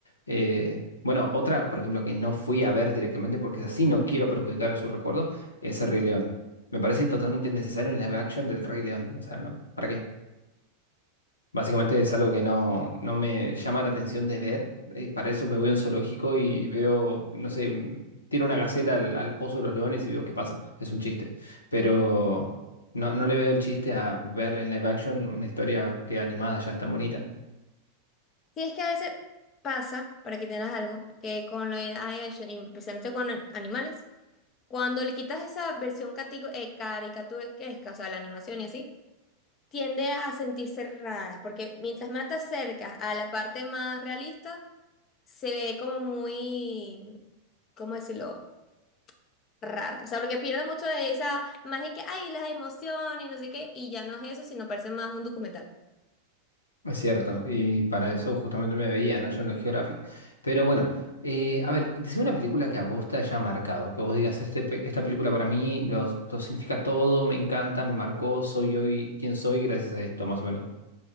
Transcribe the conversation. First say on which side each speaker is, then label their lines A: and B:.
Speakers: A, on the left; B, on the left.
A: Eh, bueno, otra, por ejemplo, que no fui a ver directamente porque así, no
B: Ujú.
A: quiero perjudicar su recuerdo, es el Rey León. Me parece totalmente necesario en live action del Rey León, o sea, ¿no? ¿Para qué? Básicamente es algo que no, no me llama la atención de ver. eh, para eso me voy a un zoológico y veo, no sé, mm, tiro una gacela al, al pozo de los leones y veo qué pasa. Es un chiste. Pero no, no le veo el chiste a verla en live action una historia que animada ya es tan bonita.
B: Sí, es que a veces pasa, para que tengas algo, que con la AI action, y especialmente con an- animales, cuando le quitas esa versión catico- eh, caricaturesca, o sea, la animación y así, tiende a sentirse rara, porque mientras más te acercas a la parte más realista, se ve como muy, ¿cómo decirlo? rara. O sea, porque pierde mucho de esa magia que hay, las emociones y no sé qué, y ya no es eso, sino parece más un documental.
A: Es cierto. Y para eso justamente me veía, ¿no? Yo en la Geographic. Pero bueno, eh, a ver, decime una película que a vos te haya marcado. Que vos digas, este, pe- esta película para mí lo, lo significa todo, me encanta, me marcó, soy hoy quien soy gracias a esto, más o menos.